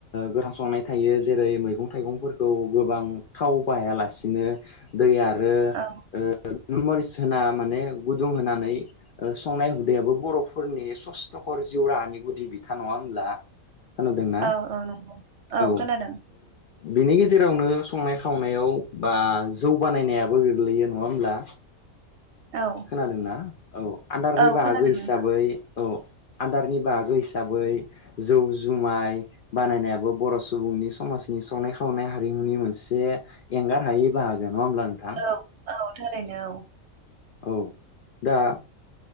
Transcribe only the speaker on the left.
गोथां संनाय थायो जेरै मैगं थाइगंफोरखौ गोबां थाव बाहाया लासेनो दै आरो
<unintelligible> होना माने गुदुं होनानै संनाय हुदायाबो बर'फोरनि सस्थ'खर जिउ राहानि गुदि बिथा नङा होनब्ला खोनोदोंना
औ
बिनि गेजेरावनो संनाय खावनायाव बा जौ बानायनायाबो गोग्लैयो नङा होमब्ला
खोनादोंना औ आदारनि
बाहागो
हिसाबै
औ आदारनि बाहागो हिसाबै जौ जुमाय बानायनायाबो बर' सुबुंनि समाजनि संनाय खावनाय खावनाय हारिमुनि मोनसे एंगार हायै बाहागो नङा होमब्ला नोंथां
औ दा